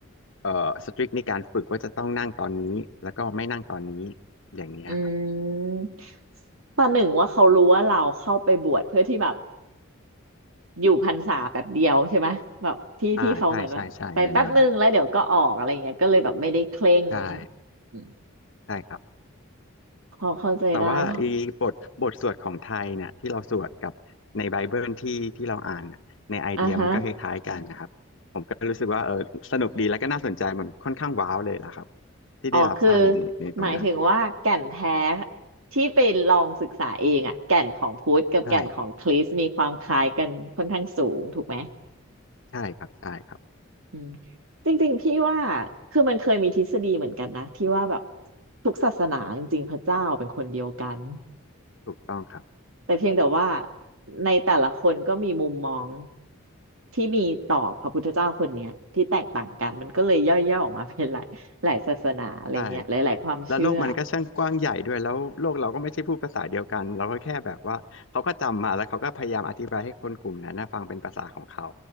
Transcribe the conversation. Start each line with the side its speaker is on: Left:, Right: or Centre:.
Left: เอ่อสตริกในการฝึกว่าจะต้องนั่งตอนนี้แล้วก็ไม่นั่งตอนนี้อย่างเงี้ยครับ
Right: อืมประหนึ่งว่าเขารู้ว่าเราเข้าไปบวชเพื่อที่แบบ อยู่พรรษาแบบเดียวใช่ไหมแบบที่ที่เขาเหมือนว่าไปแป๊บนึงแล้วเดี๋ยวก็ออกอะไรเงี้ยก็เลยแบบไม่ได้เคร่ง
Left: อ่าใช่ใช่ใช่แนวแนวนั้นใช่
Right: อืม
Left: ใช่ครับ
Right: พอเข้าใจได้พะ
Left: แต่ว่าไอีบทบทสวดของไทยเนี่ยที่เราสวดกับในไบเบิลที่ที่เราอ่านน่ะในไอเดียมันก็คล้ายๆกันนะครับผมก็รู้สึกว่าเออสนุกดีแล้วก็น่าสนใจมันค่อนข้างว้าวเลยล่ะครับ
Right: อ่ะฮะ
Left: ที่ได้รับทราบในในตรงนั้น
Right: อ๋อคือหมายถึงว่าแก่นแท้ที่ไปลองศึกษาเองอะแก่นของพุทธกับแก่นของคริสต์มีความคล้ายกันค่อนข้างสูงถูกไหม
Left: ใช่ใช่ครับใช่ครับ
Right: อืมจริงๆพี่ว่าคือมันเคยมีทฤษฎีเหมือนกันนะที่ว่าแบบทุกศาสนาจริงๆพระเจ้าเป็นคนเดียวกัน
Left: ถูกต้องครับ
Right: แต่เพียงแต่ว่าในแต่ละคนก็มีมุมมองที่มีต่อพระพุทธเจ้าคนเนี้ยที่แตกต่างกันมันก็เลยย่อยๆออกมาเป็นหลายหลายศาสนาอะไรเงี้ยหลายๆความเชื่อ
Left: ใช่แล้วโลกมันก็ช่างกว้างใหญ่ด้วยแล้วโลกเราก็ไม่ใช่พูดภาษาเดียวกันเราก็แค่แบบว่าเขาก็จำมาแล้วเขาก็พยายามอธิบายให้คนกลุ่มนั้นนะฟังเป็นภาษาของเขา